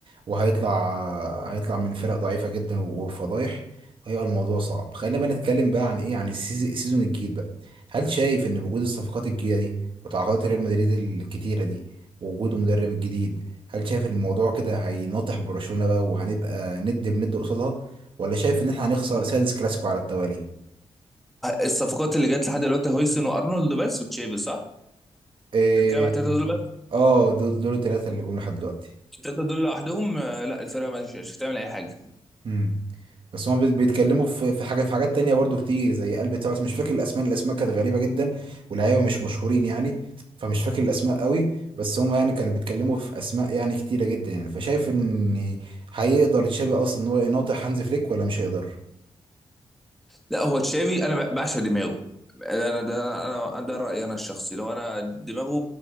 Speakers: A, on the right; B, in the centre.
A: وهيطلع هيطلع من فرق ضعيفه جدا وفضايح وهيبقى الموضوع صعب خلينا بقى نتكلم بقى عن ايه عن السيز- السيزون الجديد بقى هل شايف ان وجود الصفقات الجديده دي وتعاقدات ريال مدريد الكتيره دي ووجود المدرب الجديد هل شايف ان الموضوع كده هيناطح برشلونه بقى وهنبقى ند بند قصادها ولا شايف ان احنا هنخسر سادس كلاسيكو على التوالي
B: الصفقات اللي جت لحد دلوقتي هويسن وارنولد بس وتشافي صح؟
A: إيه
B: الكلام على التلاته دول
A: اه دول دول الثلاثه اللي جم لحد دلوقتي
B: التلاتة دول لوحدهم آه، لا الفرقة مش مش هتعمل أي حاجة
A: امم بس هما بي- بيتكلموا في في حاجات في حاجات تانية برضو كتير زي قلب بتاع بس مش فاكر الاسماء الاسماء كانت غريبة جدا واللعيبة مش مشهورين يعني فمش فاكر الاسماء قوي بس هما يعني كانوا بيتكلموا في اسماء يعني كتيرة جدا يعني فشايف ان هيقدر تشابي اصلا ان هو يناطح هانز فليك ولا مش هيقدر
B: لا هو تشافي أنا ب- بعشق دماغه أنا ده أنا أنا- ده رأيي أنا الشخصي لو أنا دماغه